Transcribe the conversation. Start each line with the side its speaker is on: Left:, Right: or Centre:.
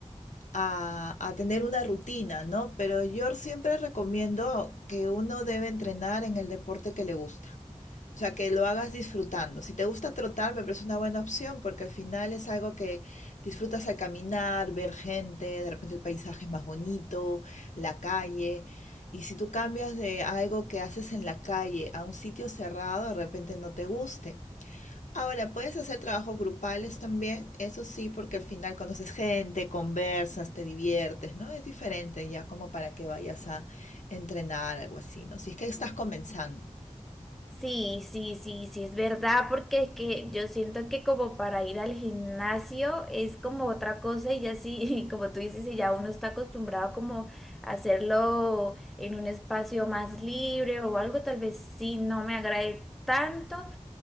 Left: a, a tener una rutina, ¿no? Pero yo siempre recomiendo que uno debe entrenar en el deporte que le gusta. O sea, que lo hagas disfrutando. Si te gusta trotar, me parece una buena opción porque al final es algo que disfrutas al caminar, ver gente, de repente el paisaje es más bonito, la calle. Y si tú cambias de algo que haces en la calle a un sitio cerrado, de repente no te guste. Ahora, puedes hacer trabajos grupales también, eso sí, porque al final conoces gente, conversas, te diviertes, ¿no? Es diferente ya como para que vayas a entrenar, algo así, ¿no? Si es que estás comenzando.
Centre: Sí, sí, sí, sí, es verdad, porque es que yo siento que como para ir al gimnasio es como otra cosa y ya sí, <laughs> como tú dices, y ya uno está acostumbrado como a hacerlo en un espacio más libre o algo, tal vez sí no me agrade tanto,